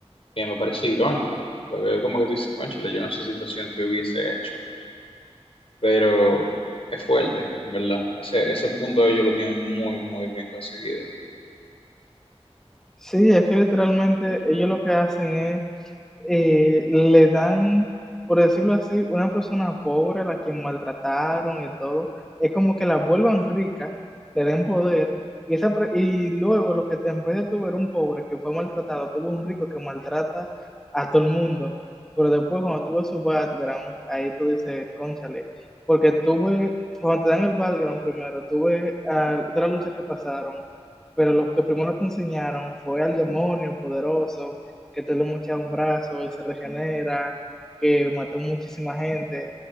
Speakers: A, on the left; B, in the centre.
A: que me parece irónico, porque es como que tú dices, cónchale, yo en su situación qué hubiese hecho, pero es fuerte, en ¿verdad? Ese, ese punto ellos lo tienen muy, muy bien conseguido.
B: Sí, es que literalmente ellos lo que hacen es eh, le dan, por decirlo así, una persona pobre a la que maltrataron y todo, es como que la vuelvan rica, le den poder, y, esa, pre- y luego lo que te empieza a tuvo era un pobre que fue maltratado, tuvo un rico que maltrata a todo el mundo, pero después cuando tuve su background, ahí tú dices, cónchale, porque tuve, cuando te dan el background primero, tuve ah, de las luchas que pasaron, pero lo que primero te enseñaron fue al demonio poderoso, que te lo mochas un brazo y se regenera, que mató muchísima gente.